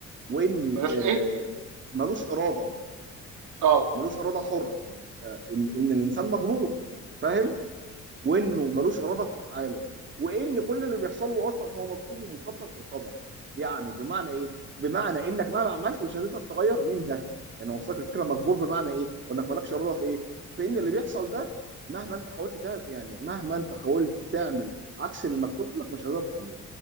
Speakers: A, on the right; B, on the right.
A: وان
B: بلاش
A: آه
B: ايه
A: ملوش اراده
B: اه
A: ملوش اراده حره يعني آه ان ان الانسان مجبور فاهم وانه ملوش اراده في افعاله وان كل اللي بيحصل له اصلا هو مكتوب ومقدر في القدر يعني بمعنى ايه بمعنى انك مهما عملت مش هتقدر تغير من ده يعني وصلك الفكره مجبور بمعنى ايه او انك مالكش اراده في ايه في ان اللي بيحصل ده مهما انت حاولت تعمل يعني مهما انت حاولت تعمل عكس اللي مكتوب لك مش هتقدر تعمله